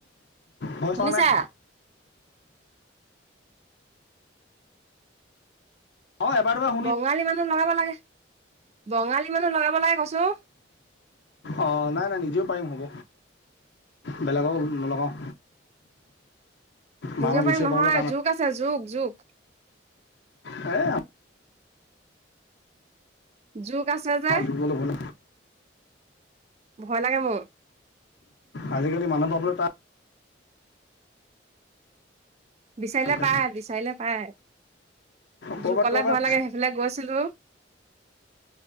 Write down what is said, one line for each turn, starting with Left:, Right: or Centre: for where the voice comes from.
Left: মই
Right: শুনিছা
Left: চোৱা নাই। অ, এবাৰ-দুবাৰ
Right: বঙালী মানুহ লগাব লাগে, বঙালী মানুহ লগাব লাগে কচু
Left: অ, নাই, নাই নিজেও পাৰিম হ'ব। বেলেগক নলগাওঁ। মানুহ
Right: নিজৰ
Left: বিচাৰি
Right: পাৰিম নহয়,
Left: পাবলৈ
Right: জোক আছে, জোক জোক।
Left: এ
Right: জোক আছে
Left: আমাৰ
Right: যে,
Left: যুগলৈ হ'ল
Right: ভয় লাগে মোৰ।
Left: আজিকালি মানুহ পাবলৈ টান।
Right: বিচাৰিলে
Left: তাকে
Right: পায়, বিচাৰিলে পায়।
Left: ক'ৰবাত
Right: জোক কলে
Left: ক'ৰবাত
Right: ভয় লাগে, সেইফালে গৈছিলো।